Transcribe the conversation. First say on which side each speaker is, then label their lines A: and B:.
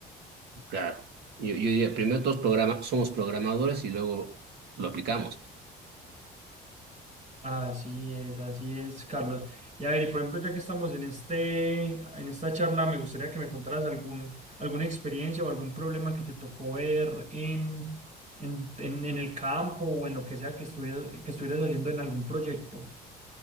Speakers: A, on the right (about 70°); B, on the right (about 45°).
A: Claro. Yo, yo diría, primero todos programa, somos programadores y luego lo aplicamos.
B: Así es, así es, Carlos. Y a ver, y por ejemplo, ya que estamos en este, en esta charla, me gustaría que me contaras algún, alguna experiencia o algún problema que te tocó ver en, en, en, en el campo o en lo que sea que estuvieras, que estuvieras haciendo en algún proyecto.